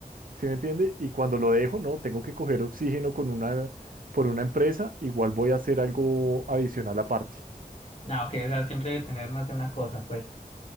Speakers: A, on the right (about 65°); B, on the left (about 45°).
A: ¿Sí me entiende? Y cuando lo dejo, no, tengo que coger oxígeno con una, por una empresa, igual voy a hacer algo adicional aparte.
B: No, ok, o sea, siempre tener más de una cosa, pues.